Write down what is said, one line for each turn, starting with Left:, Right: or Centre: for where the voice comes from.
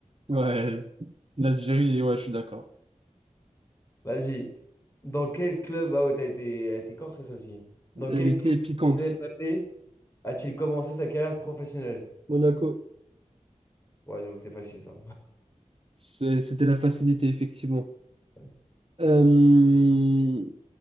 Right: Ouais, elle- l'Algérie, ouais, je suis d'accord.
Left: Vas-y. Dans quel club... Ah ouais, t'as été, elle était corsée celle-ci. Dans
Right: Elle
Left: quel
Right: était
Left: club
Right: piquante.
Left: Mbappé a-t-il commencé sa carrière professionnelle?
Right: Monaco.
Left: Ouais, j'avoue, c'était facile ça.
Right: C'est- C'était la facilité, effectivement.
Left: Ouais.
Right: Euh,